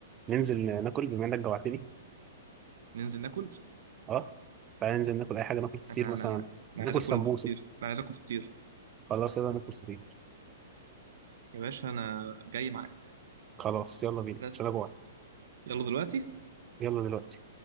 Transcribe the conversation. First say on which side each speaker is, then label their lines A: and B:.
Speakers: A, on the right (about 20°); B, on the right (about 70°).
A: ننزل ناكل بما انك جوعتني
B: ننزل ناكل
A: اه تعالى ننزل ناكل اي حاجه ناكل فطير
B: انا
A: مثلا
B: انا انا
A: ناكل
B: عايز اكل
A: سمبوسه
B: فطير انا عايز اكل فطير
A: خلاص يلا ناكل فطير
B: يا باشا انا جاي معاك
A: خلاص يلا بينا
B: بس
A: عشان انا جوعت
B: يلا دلوقتي
A: يلا دلوقتي